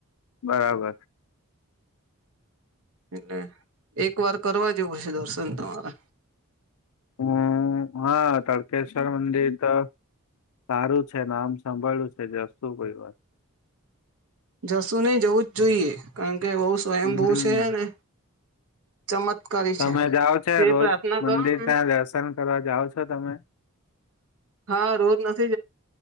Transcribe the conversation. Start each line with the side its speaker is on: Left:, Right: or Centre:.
Left: બરાબર.
Right: એટલે એક વાર કરવા જેવું હ છે દર્શન તમારા.
Left: હમ હા તળકેશ્વર મંદિર તો સારું છે નામ સંભળ્યું છે જશું કોઈ વાર.
Right: જશું નહી જવું જ જોઈએ, કારણ કે બહુ સ્વયં
Left: હમ
Right: બૂ છે ને. ચમત્કારી
Left: તમે
Right: છે
Left: જાઓ છો
Right: જે
Left: રોજ
Right: પ્રાર્થના કરો
Left: મંદિર
Right: ને
Left: ત્યાં દર્શન કરવા જાઓ છો તમે.
Right: હા રોજ ના.